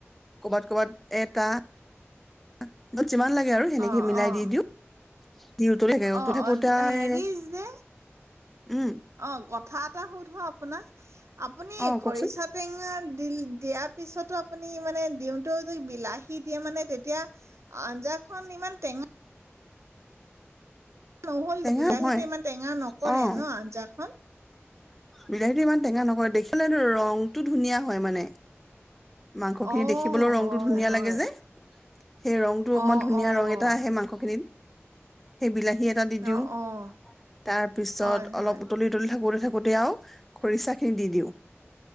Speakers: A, in the centre; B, on the right (about 80°).
A: ক'বাত ক'বাত এটা <unintelligible> যিমান লাগে আৰু সেনেকে
B: অ',
A: মিলাই
B: অ',
A: দি দিওঁ দি উতলি থাকে,
B: অ',
A: উতলি
B: অ', হেৰি
A: <unintelligible>
B: যে
A: উম।
B: অ', কথা এটা সোধো আপোনাক। আপুনি
A: অ
B: খৰিচা
A: কওকচোন
B: টেঙা <unintelligible> দিয়াৰ পিছতো আপুনি মানে দিওঁতেও যদি বিলাহী দিয়ে মানে তেতিয়া, আঞ্জাখন ইমান টেঙা নহ'ল
A: টেঙা
B: বিলাহীটো
A: নহয়,
B: ইমান টেঙা নকৰে
A: অ',
B: ন আঞ্জাখন?
A: বিলাহীটোৱে ইমান টেঙা নকৰে, দেখিলেটো ৰং টো ধুনীয়া হয়, মানে। মাংসখিনি
B: অ',
A: দেখিবলৈও ৰংটো
B: হয়
A: ধুনীয়া
B: হয়।
A: লাগে যে। সেই ৰংটো অকমান
B: অ',
A: ধুনীয়া
B: অ',
A: ৰং এটা আহে মাংসখিনিত। সেই বিলাহী এটা দি
B: অ',
A: দিওঁ,
B: অ',
A: তাৰ পিছত
B: হয় হয়।
A: অলপ উতলি উতলি থাকোঁতে থাকোঁতেই আও খৰিচাখিনি দি দিওঁ।